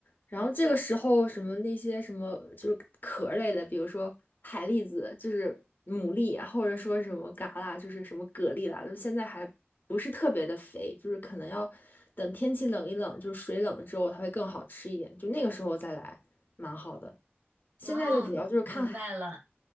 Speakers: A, on the left; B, on the right.
A: 然后这个时候什么那些什么就是壳儿类的，比如说海蛎子，就是牡蛎啊或者说什么蛤啦，就是什么蛤蜊啦，就是现在还不是特别的肥，就是可能要等天气冷一冷，就是水冷了之后，它会更好吃一点，就那个时候再来，蛮好的。现在哦的主要就是看海，
B: 哦，明白了。